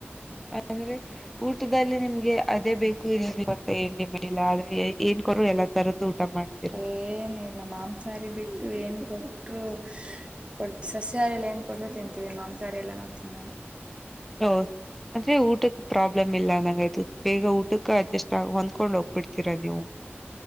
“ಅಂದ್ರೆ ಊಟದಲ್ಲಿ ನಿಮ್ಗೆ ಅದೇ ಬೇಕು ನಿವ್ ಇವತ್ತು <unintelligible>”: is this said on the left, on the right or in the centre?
Centre